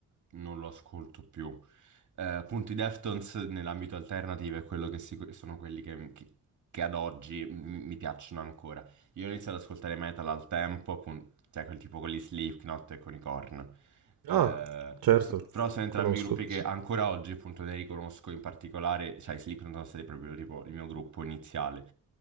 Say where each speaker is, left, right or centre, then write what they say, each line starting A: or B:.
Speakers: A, on the right; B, on the right.
A: non lo ascolto più. Eh, appunto, i Deftones nell'ambito alternative è quello che sicu- sono quelli che, che- che ad oggi mi mi piacciono ancora. Io ho iniziato ad ascoltare metal al tempo, appunto, cioè quel tipo con gli Slipknot e con i Korn. Eh,
B: Ah, certo,
A: s- però sono entrambi
B: conosco,
A: gruppi
B: sì.
A: che ancora oggi, appunto, ne riconosco in particolare, cioè i Slipknot sono stati proprio tipo il mio gruppo iniziale.